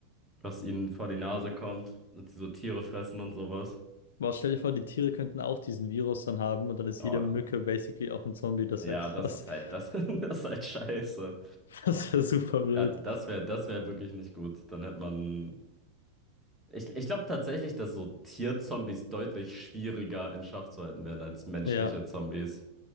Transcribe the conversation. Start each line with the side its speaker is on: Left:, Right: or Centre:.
Centre: was ihnen vor die Nase kommt. Und die so Tiere fressen und sowas.
Left: Boah, stell dir vor, die Tiere könnten auch diesen Virus dann haben und dann ist
Centre: Ja,
Left: jede Mücke
Centre: da-
Left: basically auch ein Zombie. Das
Centre: ja,
Left: wäre krass.
Centre: das ist
Left: <laughs>
Centre: halt, das, <laughs> das ist halt scheiße.
Left: Das wäre super blöd.
Centre: Da, das wäre, das wäre wirklich nicht gut. Dann hätte man. Ich, ich glaube tatsächlich, dass so Tierzombies deutlich schwieriger in Schach zu halten wären als menschliche
Left: Ja,
Centre: Zombies.